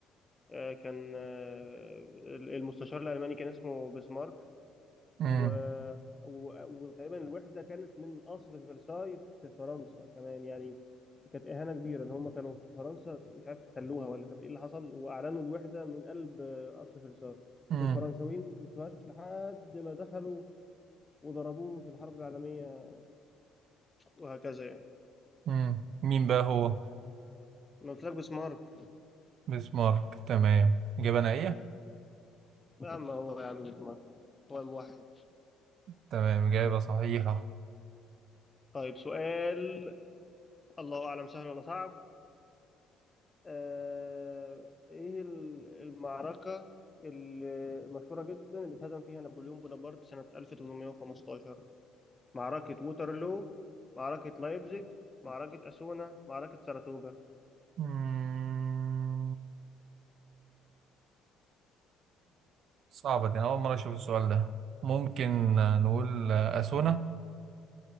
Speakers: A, on the left; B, on the right.
A: آه، كان آه، المستشار الألماني كان اسمه بسمارك
B: امم
A: و... و... وتقريبا الوحدة كانت من قصر فرساي في فرنسا كمان يعني كانت إهانة كبيرة إن هم كانوا في فرنسا مش عارف احتلوها ولا كانت إيه اللي حصل وأعلنوا الوحدة من قلب آه، قصر فرساي
B: امم
A: والفرنساويين ما انتهاش لحد ما دخلوا وضربوهم في الحرب العالمية وهكذا يعني
B: امم مين بقى هو
A: أنا قلت لك بسمارك
B: بسمارك تمام إجابة نهائية
A: يا عم هو يعمل لك مرة هو الموحد
B: تمام إجابة صحيحة
A: طيب سؤال الله أعلم سهل ولا صعب آه... إيه ال- المعركة ال- المشهورة جدا اللي اتهزم فيها نابليون بونابرت سنة 1815 معركة ووترلو معركة لايبزيج معركة أسونا معركة ساراتوجا
B: مم. صعبة دي أنا أول مرة أشوف السؤال ده ممكن نقول آه، أثونا